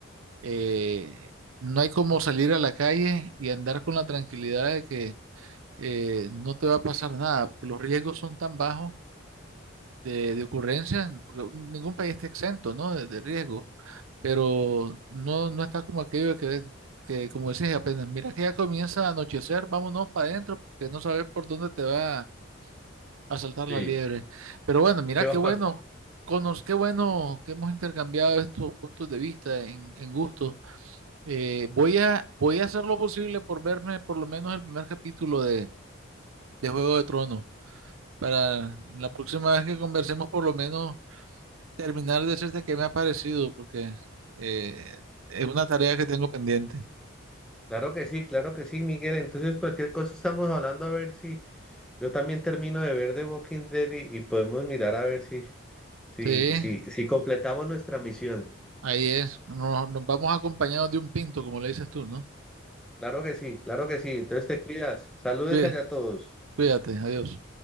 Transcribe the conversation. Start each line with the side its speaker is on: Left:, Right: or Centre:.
Right: eh, no hay como salir a la calle y andar con la tranquilidad de que eh, no te va a pasar nada, porque los riesgos son tan bajos de, de ocurrencias, porque ningún país está exento, ¿no? De, de riesgo, pero no, no está como aquello de que, que, como decís, apenas mira que ya comienza a anochecer, vámonos para adentro, porque no sabes por dónde te va a saltar la
Centre: Sí,
Right: liebre. Pero bueno, mira
Centre: ¿qué
Right: qué
Centre: va a
Right: bueno,
Centre: pasar?
Right: conos, qué bueno que hemos intercambiado estos puntos de vista en, en gusto. Eh, voy a, voy a hacer lo posible por verme por lo menos el primer capítulo de, de Juego de Tronos. Para la próxima vez que conversemos, por lo menos terminar de decirte qué me ha parecido, porque eh, es una tarea que tengo pendiente.
Centre: Claro que sí, claro que sí, Miguel. Entonces, cualquier cosa estamos hablando a ver si yo también termino de ver The Walking Dead y, y podemos mirar a ver si, si,
Right: Sí,
Centre: si, si completamos nuestra misión.
Right: ahí es. Nos, nos vamos acompañados de un pinto, como le dices tú, ¿no?
Centre: Claro que sí, claro que sí. Entonces te cuidas. Saludes
Right: Cuí-
Centre: allá a todos.
Right: Cuídate, adiós.